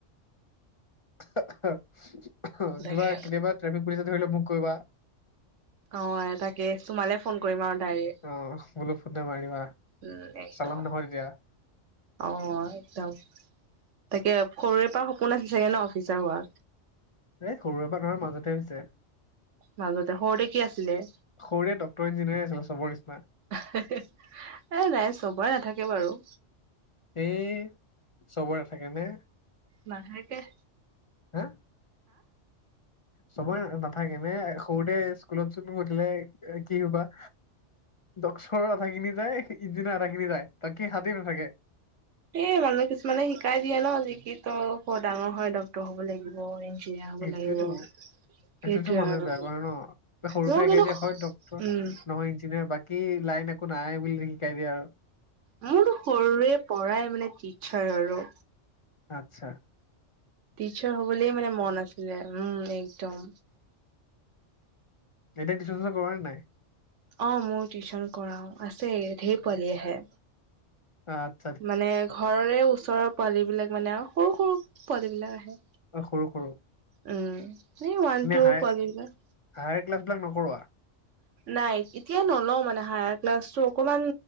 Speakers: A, on the left (about 40°); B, on the right (about 80°).
A: কিবা
B: তাকে
A: কেতিয়াবা ট্ৰেফিক পুলিচ ধৰিলে মোক কবা।
B: অ এ তাকে তোমালে ফোন কৰিম আৰু ডাইৰেক
A: অ বুলো ফোন নে মাৰিবা
B: উম একদম
A: চালান নহয় তেতিয়া
B: অ এদম তাকে সৰুৰে পৰা সপোন আছে চাগে ন অফিচাৰ হোৱা
A: এ সৰুৰে পৰা ধৰ মাজতে হৈছে
B: মাজতে সৰুতে কি আছিলে
A: সৰুৰে ডক্তৰ ইঞ্জিনিয়াৰ আছিলে চবৰ নিছিনা
B: এ নাই চবৰে নাথাকে বাৰু
A: এই চবৰে নাথাকে নে
B: নাথাকেহ
A: এ চবৰে নাথাকে নে সৰুতে স্কুলত চোন সুধিলে এ কি হবা ডক্সৰ আধাখিনি যায় ইনজিনাৰ আধা খিনি যায় বাকী হাতেই নাথাকে
B: এ মানে কিছুমানে শিকাই দিয়ে ন যিকি ত হ ডাঙৰ হয় ডক্ত হ'ব লাগিব ইঞ্জিনিয়াৰ হ'ব
A: সেইটোৱেতো
B: লাগিব সেইটোয়ে
A: সেইটোতো মানুহে
B: আৰু
A: বেয়া কৰে ন এ সৰু
B: মোৰ
A: পৰা শিকাই
B: কিন্তু
A: দিয়ে হয় ডক্তৰ নহয়
B: উম
A: ইঞ্জিনিয়াৰ বাক কি লাইন একো নাই বুলি শিকাই দিয়ে আৰু
B: মোৰ সৰুৰে পৰাই মানে টিচাৰ আৰু
A: আত্ছা
B: টিচাৰ হবলেই মানে মন আছিলে উম একদম
A: এতিয়া তিছন চন কৰা নাই
B: অ মোৰ টিউচন কৰাও আছে ঢেৰ পোৱালি আহে
A: আত
B: মানে ঘৰৰে ওচৰৰ পোৱালী বিলাক মানে আও সৰু সৰু পোৱালী বিলাক আহে
A: অ, সৰু সৰু
B: উম এই ওৱান
A: এনে
B: টু
A: হায়
B: পোৱালিবিলাক
A: হায়াৰ ক্লাছ বিলাক নকৰোৱা
B: নাই এতিয়া নলও মানে হায়াৰ ক্লাছটো অকমান